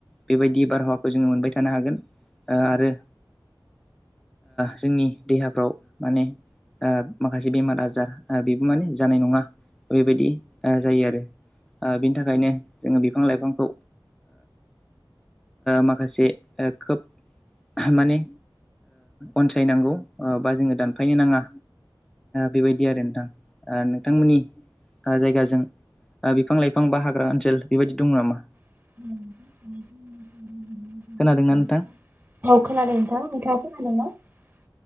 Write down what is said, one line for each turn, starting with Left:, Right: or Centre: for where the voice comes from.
Centre: बेबायदि बारहावाखौ जोंङो मोनबाय थानो हागोन ओ आरो जोंनि देहाफ्राव माने माखासे बेमार आजार बेबो माने जानाय नंङा बेबायदि जायो आरो बिनि थाखायनो जोंङो बिफां लाइफांखौ माखासे खोब माने अनसायनांगौ बा जोंङो दानफायनो नांङा बेबायदि आरो नोंथां नोंथांमोननि जायगाजों बिफां लाइफां बा हाग्रा ओनसोल बेबायदि दं नामा
Right: <inaudible> औ
Centre: खोनादोंना नोंथां
Right: खोनादों नोंथां